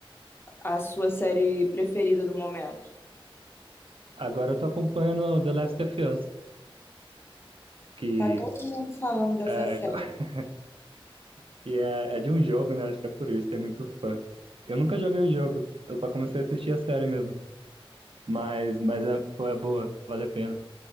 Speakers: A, on the left (about 25°); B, on the right (about 70°).
A: a, a sua série preferida do momento?
B: agora eu tô acompanhando The Last of Us, que
A: Tá todo mundo falando dessa
B: é,
A: série.
B: tô- <laughs> que é, é de um jogo, né? Acho que é por isso, tem muito fã. Eu nunca joguei o jogo, eu só comecei a assistir a série mesmo. Mas, mas é, pô, é boa, vale a pena.